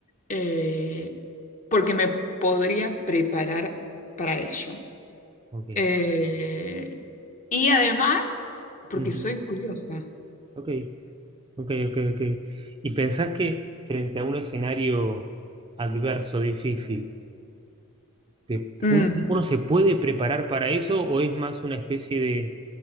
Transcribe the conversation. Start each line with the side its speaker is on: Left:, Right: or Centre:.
Left: eh, porque me podría preparar para ello.
Right: Ok.
Left: Eh, y además, porque
Right: Ujú,
Left: soy curiosa.
Right: Ok. Ok, ok, ok. ¿Y pensás que frente a un escenario adverso, difícil, te-
Left: Mm,
Right: uno, uno se puede preparar para eso o es más una especie de